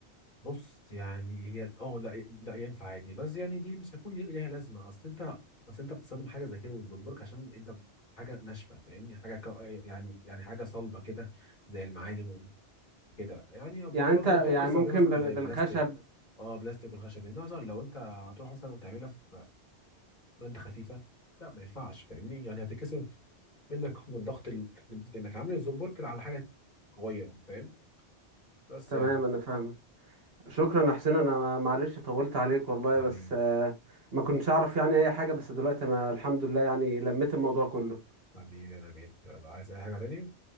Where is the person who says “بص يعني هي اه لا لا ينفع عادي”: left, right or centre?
Left